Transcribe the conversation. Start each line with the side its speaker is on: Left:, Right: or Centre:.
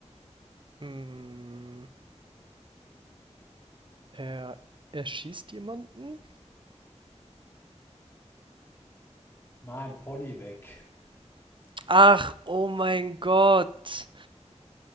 Right: Hm, er erschießt jemanden?
Left: Nein, Pony weg. <laughs>
Right: Ach, oh mein Gott.